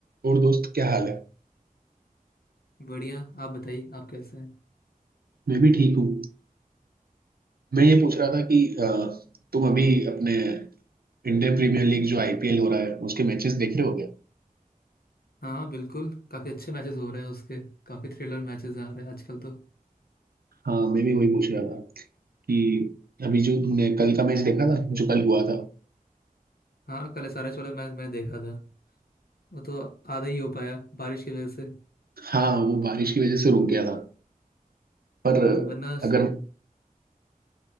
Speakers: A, on the right; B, on the left.
A: और दोस्त क्या हाल है
B: बढ़िया आप बताइए आप कैसे हैं
A: मैं भी ठीक हूँ मैं ये पूछ रहा था कि अ, तुम अभी अपने इंडियन प्रीमियर लीग जो आईपीएल हो रहा है उसके मैचेस देख रहे हो क्या
B: हाँ बिल्कुल काफी अच्छे मैचेस हो रहे हैं उसके काफी थ्रिलर मैचेस आ रहे हैं आजकल तो
A: हाँ मैं भी वही पूछ रहा था कि अभी जो तुमने कल का मैच देखा था जो कल हुआ था
B: हाँ कल एसआरएच वाला मैच मैं देखा था वो तो आधा ही हो पाया बारिश की वजह से
A: हाँ वो बारिश की वजह से रुक गया था पर
B: हम्म, वरना
A: अगर